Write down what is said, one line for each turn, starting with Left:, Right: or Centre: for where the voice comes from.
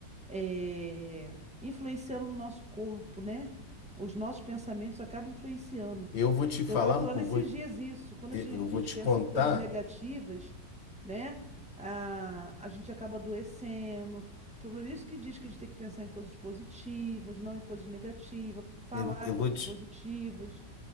Centre: eh, influenciando no nosso corpo, né? Os nossos pensamentos acabam influenciando.
Left: Eu vou te falar,
Centre: Eu estava falando
Left: eu vou,
Centre: esses dias isso, quando
Left: eu
Centre: a gen- a gente
Left: vou te
Centre: pensa
Left: contar,
Centre: em coisas negativas, né? A, a gente acaba adoecendo. Por isso que diz que a gente tem que pensar em coisas positivas, não em coisas negativas, falar
Left: eu, eu
Centre: coisas
Left: vou te
Centre: positivas.